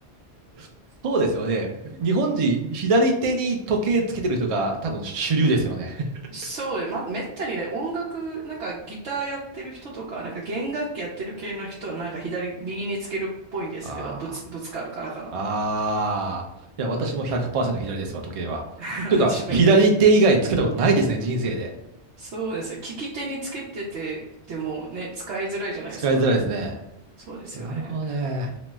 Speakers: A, on the right; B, on the right.
A: <laughs> そうですよね。日本人、左手に時計つけてる人が多分主流ですよね。<laughs>
B: そうね、ま、めったにね、音楽、なんかギターやってる人とか、なんか弦楽器やってる系の人はなんか左、右につけるっぽいんですけど、
A: あ
B: ぶつ、ぶつかるからかな。
A: あ。ああ。いや、私も100%左ですわ、時計は。
B: <laughs>
A: というか、
B: 私は左。
A: 左手以外につけたことないですね、人生で。
B: そうですよ。利き手につけてて、でもね、使いづらいじゃないですか。
A: 使いづらいですね。
B: そうですよね。
A: なるほどね。